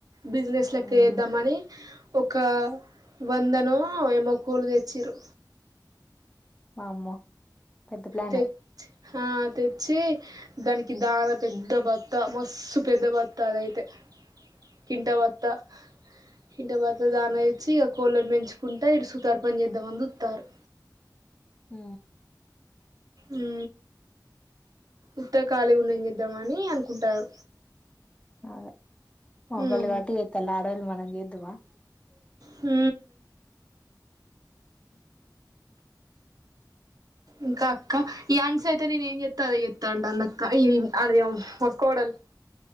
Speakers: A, on the right; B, on the left.
A: బిజినెస్ లెక్క
B: మ్మ్
A: వేద్దామని ఒక వంద నో ఏమో కోళ్లు తెచ్చిర్రు
B: వామ్మో పెద్ద ప్లానే
A: తెచ్చి ఆ తెచ్చి దానికి దాన పెద్ద భత్త మస్సు పెద్ద బత్తా అదైతే కింటా భత్తా ఇంటి భత్త దాన ఇచ్చి ఇక కోళ్ళనీ పెంచుకుంటా ఇడు సుతార్పని చేద్దామనీ చుత్తరు
B: ఊ
A: ఊ ఉత్తగా ఖళీ ఉండం చేద్దామనీ అని అనుకుంటారు
B: అదే మొగాళ్ళు
A: ఉమ్
B: కాబట్టి చెత్తాళ్ళు ఆడోళ్లు మనం చేద్దుమా
A: హు
B: ఉ
A: ఇంకా అక్క ఈ ఆన్సీ అయితే నేను ఏం చెస్తా చెస్తా అంటంది అందక్క ఈ అదే మా కోడలు